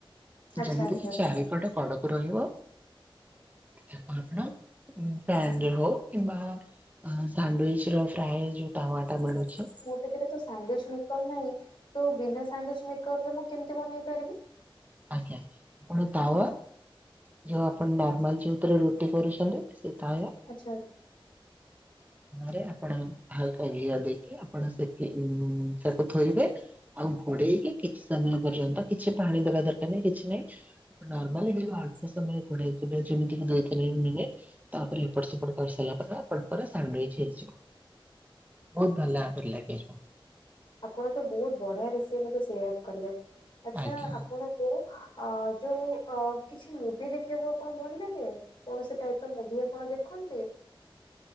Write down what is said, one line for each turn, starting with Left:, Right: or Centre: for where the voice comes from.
Left: ଆଚ୍ଛା
Right: ଯେମିତି
Left: ଆଚ୍ଛା
Right: କି
Left: ଆଚ୍ଛା।
Right: ଚାରିପଟ କଡ ରହିବ ତାକୁ ଆପଣ ପ୍ୟାନ ରେ ହଉ କିମ୍ବା ସାଣ୍ଡୁଇଚ ର ଫ୍ରାଏ ଯୋଉ ତାୱାଟା ମିଳୁଛି।
Left: ସେଥିରେ ତ ସାଣ୍ଡୁଇଚ ମେକର ନାହିଁ ତ ବିନା ସାଣ୍ଡୁଇଚ ମେକରରେ ମୁଁ କେମିତି ବନେଇ ପାରିବି?
Right: ଆଜ୍ଞା ଗୋଟେ ତାୱା ଯୋଉ ଆପଣ ନର୍ମାଲ ଯଉଥରେ ରୁଟି କରୁଛନ୍ତି ସେ ତାୱା।
Left: ଆଛା।
Right: ରେ ଆପଣ ହାଲକା ଘିଅ ଦେଇକି ଆପଣ ସେଠି ତାକୁ ଥୋଇବେ। ଆଉ ଘୋଡେଇକି କିଛି ସମୟ ପର୍ଯ୍ୟନ୍ତ କିଛି ପାଣି ଦବା ଦରକାର ନାହିଁ କିଛି ନାହିଁ। ନର୍ମାଲ ଏଠି ଅଳ୍ପ ସମୟ ଘୋଡେଇଥିବେ ଯେମିତି କି ଦୁଇ ତିନି ମିନିଟ୍। ତାପରେ ଏପଟ ସେପଟ କରିସାରିଲା ପରେ ଆପ ପରା ସାଣ୍ଡୁଇଜ୍ ହେଇଯିବ। ବହୁତ ଭଲ ପା ଲାଗିବ।
Left: ଆପଣ ତ ବହୁତ ବଢିଆ ରେସିପି ମତେ ସେୟାର କଲେ, ଆଚ୍ଛା
Right: ଆଜ୍ଞା।
Left: ଆପଣଙ୍କୁ ଅ ଯୋଉ ଅ କିଛି ମୁଭି ଦେଖିବାକୁ କଣ ଭଲ ଲାଗେ? କୌଣସି ଟାଇପ ର ମୁଭି ଆପଣ ଦେଖନ୍ତି?